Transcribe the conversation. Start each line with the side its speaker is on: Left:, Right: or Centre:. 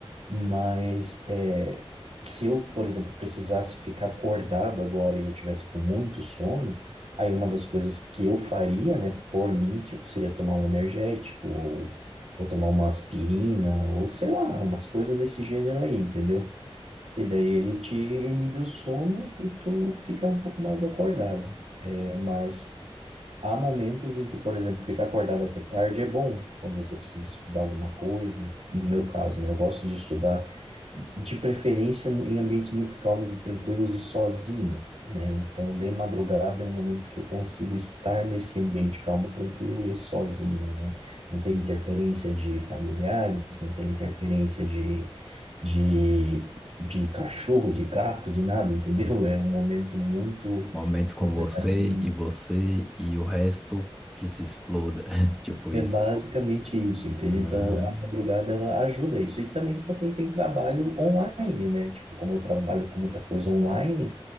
Right: Mas, é, se eu, por exemplo, precisasse ficar acordado agora e eu tivesse com muito sono, aí uma das coisas que eu faria, né, por mim, tipo, seria tomar um energético ou, ou tomar uma aspirina ou, sei lá, umas coisas desse gênero aí, entendeu? E daí ele te inibe o sono e tu fica um pouco mais acordado. É, mas há momentos em que, por exemplo, ficar acordado até tarde é bom, quando você precisa estudar alguma coisa. No meu caso, né? Eu gosto de estudar de preferência em ambientes muito calmos e tranquilos e sozinho, né? Então, de madrugada é um momento que eu consigo estar nesse ambiente calmo, tranquilo e sozinho, né? Não tem interferência de familiares, não tem interferência de, de, de cachorro, de gato, de nada, <laughs> entendeu? É um momento muito,
Centre: Momento com
Right: vamos
Centre: você
Right: dizer assim,
Centre: e você e o resto que se exploda. <laughs> Tipo
Right: É
Centre: isso.
Right: basicamente isso, entende?
Centre: Aham.
Right: Então, a madrugada ela ajuda isso. E também para quem tem trabalho online, né? Tipo, como eu trabalho com muita coisa online,